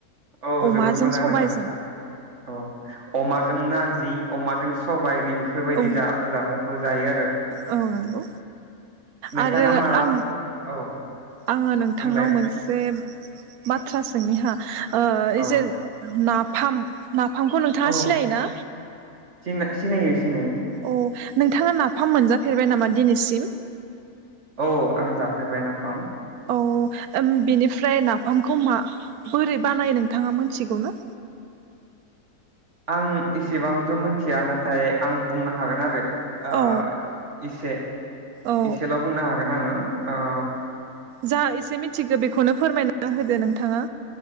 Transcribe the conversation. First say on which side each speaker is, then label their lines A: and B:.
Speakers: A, on the right; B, on the right.
A: औ
B: अमाजों
A: जोबोद मोजां
B: सबायजों
A: नाङो औ अमाजों नारजि अमा <unintelligible> <unintelligible> बेफोर बायदि
B: औ
A: जा-जामुंखौ जायो आरो
B: औ नंगौ
A: नोंथाङा
B: आरो
A: माला
B: आं
A: औ।
B: आङो नोंथांनाव
A: बुंलाय
B: मोनसे बाथ्रा सोंनि हो। <unintelligible>
A: औ
B: फाम नाफामखौ नोंथाङा
A: औ
B: सिनायोना?
A: सिनाय सिनायो सिनायो।
B: औ नोंथाङा नाफाम मोनजा फेरबाय नामा दिनैसिम?
A: औ आं जाफेरबाय नाफाम।
B: अ बेनिफ्राय नाफामखौ मा बोरै बानायो नोंथाङा मोनथिगौ ना।
A: आं एसेबांथ मिथिया नाथाय आं बुंनो हागोन आरो। ओ
B: औ
A: इसे
B: औ
A: इसेल बुंनो हागोन आङो ओ
B: जा एसे मिथिगौ बेखौनो फोरमायना होदो नोंथाङा।